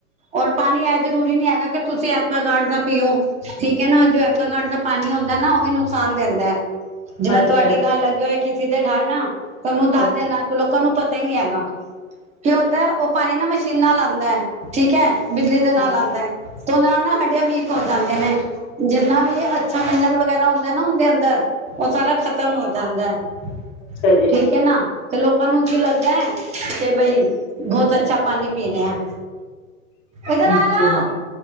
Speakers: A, on the right (about 15°); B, on the left (about 35°).
A: ਔਰ ਪਾਣੀ ਐ ਜਰੂਰੀ ਨਹੀਂ ਐਗਾ, ਕਿ ਤੁਸੀਂ ਅਕੁਆ ਗਾਡ ਦਾ ਪੀਓ, ਠੀਕ ਐ ਨਾ ਜੋ ਐਵਕਾਗਾਡ ਦਾ ਪਾਣੀ ਹੁੰਦਾ ਐ ਨਾ, ਉਹ ਵੀ ਨੁਕਸਾਨ ਦਿੰਦਾ ਐ। ਜਿਵੇਂ
B: ਹਾਂਜੀ-ਹਾਂਜੀ,
A: ਤੁਹਾਡੇ ਘਰ ਲੱਗੇ ਹੋਏ ਕਿਸੇ ਦੇ ਘਰ ਨਾ ਤਾਂ ਉਹਨੂੰ ਦੱਸ
B: ਹਾਂਜੀ।
A: ਦੇਣਾ ਲੋਕਾਂ ਨੂੰ ਪਤਾ ਹੀ ਨਹੀਂ ਐਗਾ, ਕੀ ਹੁੰਦਾ ਉਹ ਪਾਣੀ ਨਾ ਮਸ਼ੀਨਾਂ ਨਾਲ ਆਂਦਾ ਐ‌, ਠੀਕ ਐ ਬਿਜਲੀ ਦੇ ਨਾਲ
B: ਹੂੰ,
A: ਆਂਦਾ ਐ ਤੇ ਉਹ ਨਾਲ ਨਾ ਹੱਡੀਆਂ ਵੀ ਕ ਹੋ ਜਾਂਦੇ ਨੇ, ਜਿੰਨਾ ਵੀ ਅੱਛਾ ਮਿੰਨਲ ਵਗੈਰਾ ਹੁੰਦਾ ਨਾਂ ਓਂਦੇ ਅੰਦਰ ਉਹ ਸਾਰਾ ਖਤਮ ਹੋ ਜਾਂਦਾ ਐ।
B: ਅੱਛਾ ਜੀ।
A: ਠੀਕ ਐ ਨਾ ਤੇ ਲੋਕਾਂ ਨੂੰ ਕੀ ਲੱਗਦਾ ਐ ਕਿ ਬਈ ਬਹੁਤ ਅੱਛਾ ਪਾਣੀ ਪੀ ਰਹੇ ਆ, ਇਧਰ
B: ਅੱਛਾ,
A: ਆ ਜਾਓ।